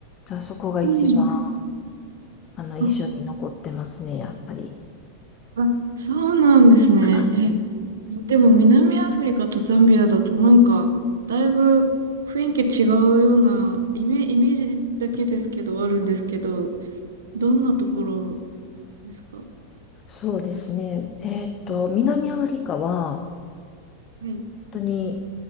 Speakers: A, on the left; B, on the right.
A: じゃあそこが一番
B: うん
A: あの印象に残ってますね、
B: あ、
A: やっぱり。
B: あ、そうなんですね。
A: はい。
B: え、でも南アフリカとザンビアだとなんか、だいぶ雰囲気違うようなイメ、イメージだけですけど、あるんですけど、どんなところですかは
A: そうですね。えっと、南アフリカは
B: い。
A: 当に、